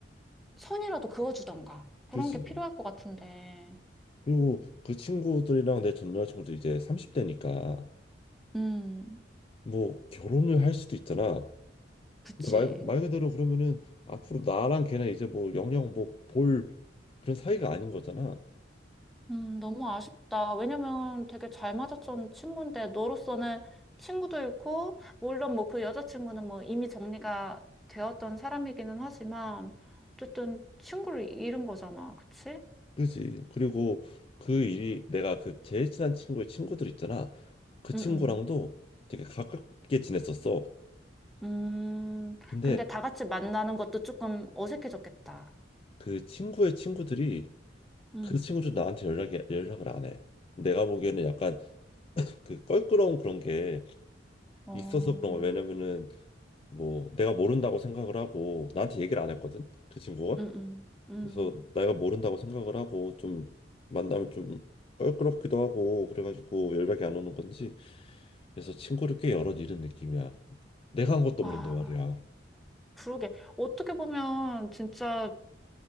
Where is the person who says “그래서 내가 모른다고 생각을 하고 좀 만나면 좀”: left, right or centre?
Left